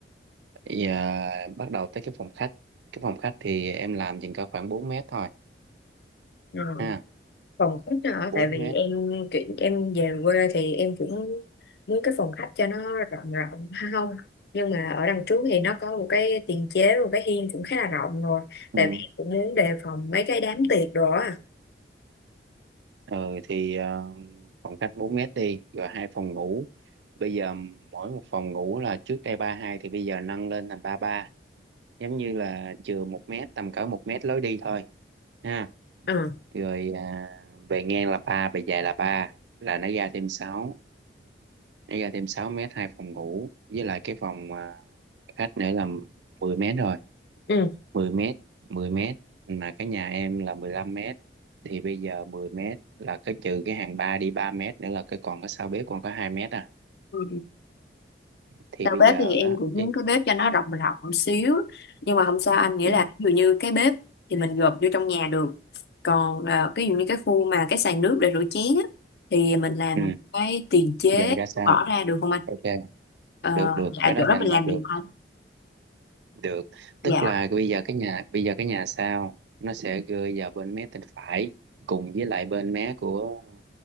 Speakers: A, on the right; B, on the left.
A: bây giờ bắt đầu tới cái phòng khách cái phòng khách thì em làm chừng có khoảng bốn mét thôi
B: ừ.
A: ha
B: phòng khách đó, hả?
A: bốn
B: tại vì
A: mét
B: em chuyển em về quê thì em cũng muốn cái phòng khách cho nó rộng rộng ha không nhưng mà ở đằng trước thì nó có một cái tiền chế một cái hiên cũng khá là rộng rồi
A: ừ.
B: tại vì em cũng muốn đề phòng mấy cái đám tiệc rồi á
A: rồi thì à, phòng khách 4 mét đi rồi hai phòng ngủ bây giờ mỗi một phòng ngủ là trước đây ba hai thì bây giờ nâng lên thành ba ba giống như là chừa một mét tầm cỡ một mét lối đi thôi ha
B: à.
A: rồi à, về ngang là ba về dài là ba là nó ra thêm sáu nó ra thêm 6 mét hai phòng ngủ với lại cái phòng à, khách nữa là 10 mét rồi
B: ừ
A: mười mét 10 mét mà cái nhà em là 15 mét thì bây giờ 10 mét là cái trừ cái hàng ba đi 3 mét nữa là cái còn có sau bếp còn có 2 mét à
B: Ừ.
A: thì
B: đầu
A: bây
B: bếp
A: giờ
B: thì em
A: á
B: cũng muốn
A: cái
B: cái bếp cho nó rộng rộng một xíu nhưng mà không sao anh nghĩa
A: ừ,
B: là ví dụ như cái bếp thì mình gộp vô trong nhà được còn ờ, cái ví dụ như cái khu mà cái sàn nước để rửa chén á, thì mình làm
A: ừ.
B: cái tiền chế
A: giờ ra sao
B: bỏ ra được không anh
A: ok
B: ờ,
A: được được
B: dạ
A: cái đó
B: chỗ đó
A: thì
B: mình
A: anh làm
B: làm
A: được
B: được không
A: được
B: dạ
A: tức là bây giờ cái nhà bây giờ cái nhà sao nó sẽ rơi vào bên mé bên phải cùng với lại bên mé của